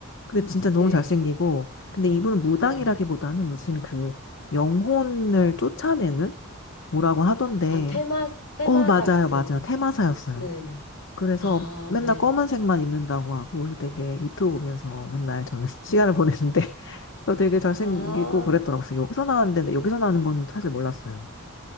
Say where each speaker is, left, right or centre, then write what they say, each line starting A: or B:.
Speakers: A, on the left (about 60°); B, on the left (about 80°).
A: 근데 진짜 너무
B: 네,
A: 잘생기고, 근데 이분은 무당이라기보다는
B: 네. 네.
A: 무슨 그 영혼을 쫓아내는 뭐라고 하던데,
B: 아, 테마, 테마사
A: 어, 맞아요,
B: 같은,
A: 맞아요. 테마사였어요.
B: 네네.
A: 그래서
B: 아,
A: 맨날
B: 네.
A: 검은색만 입는다고 하고 그래서 되게 유튜브 보면서 맨날 저는 <laughs> 시간을 보냈는데 <laughs> 그 되게 잘생기고
B: 아.
A: 그랬더라고요. 그래서 여기서 나왔는데 근데 여기서 나오는 건 사실 몰랐어요.